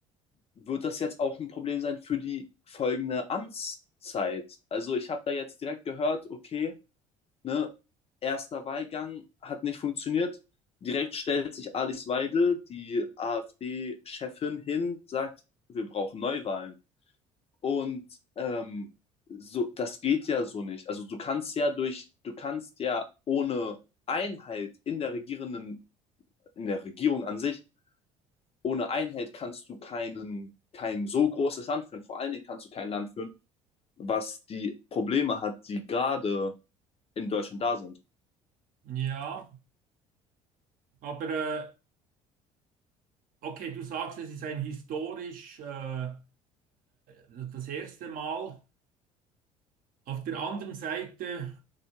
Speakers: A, on the left (about 35°); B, on the right (about 55°).
A: wird das jetzt auch ein Problem sein für die folgende Amtszeit? Also ich habe da jetzt direkt gehört, okay, ne, erster Wahlgang hat nicht funktioniert. Direkt stellt sich Alice Weidel, die AfD-Chefin, hin, sagt, wir brauchen Neuwahlen. Und ähm, so, das geht ja so nicht. Also du kannst ja durch, du kannst ja ohne Einheit in der Regierenden, in der Regierung an sich ohne Einheit kannst du keinen, kein so großes Land führen. Vor allen Dingen kannst du kein Land führen, was die Probleme hat, die gerade in Deutschland da sind.
B: Ja, aber äh, Okay, du sagst, es ist ein historisch äh, äh, das erste Mal. Auf der anderen Seite